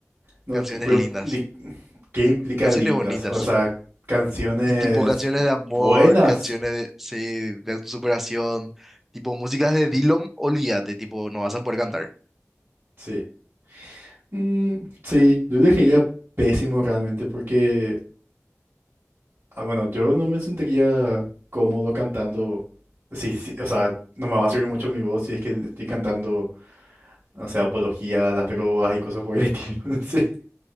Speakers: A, on the right; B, in the centre.
A: no,
B: canciones
A: que- pero,
B: lindas,
A: di- ¿qué implica
B: canciones
A: lindas?
B: bonitas.
A: O sea, canciones
B: Y tipo canciones de amor,
A: buenas,
B: canciones de, sí, de autosuperación, tipo músicas de Dillom, olvídate, tipo, no vas a poder cantar.
A: sí. Mm, sí, yo elegiría pésimo realmente porque, ah, bueno, yo no me sentiría cómodo cantando. Sí, sí, o sea, no me va a servir mucho mi voz si es que estoy cantando, o sea, apología a las drogas y cosas por el estilo. <laughs> No sé,